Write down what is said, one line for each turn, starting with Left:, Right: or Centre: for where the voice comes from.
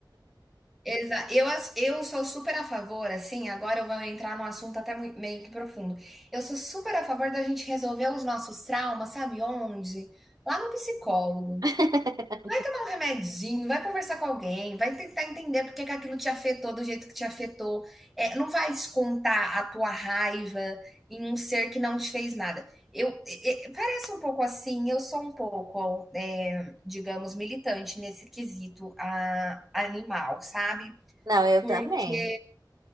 Centre: Exa eu ass eu sou super a favor, assim, agora eu vou entrar num assunto até mui meio que profundo. Eu sou super a favor da gente resolver os nossos traumas, sabe onde? Lá no psicólogo.
Right: <laughs>
Centre: Vai tomar um remedinho, vai conversar com alguém, vai tentar entender por que que aquilo te afetou do jeito que te afetou. É, não vai descontar a tua raiva em um ser que não te fez nada. Eu, é, é, parece um pouco assim, eu sou um pouco, é, digamos, militante nesse quesito a, animal, sabe?
Right: Não, eu
Centre: Porque,
Right: também.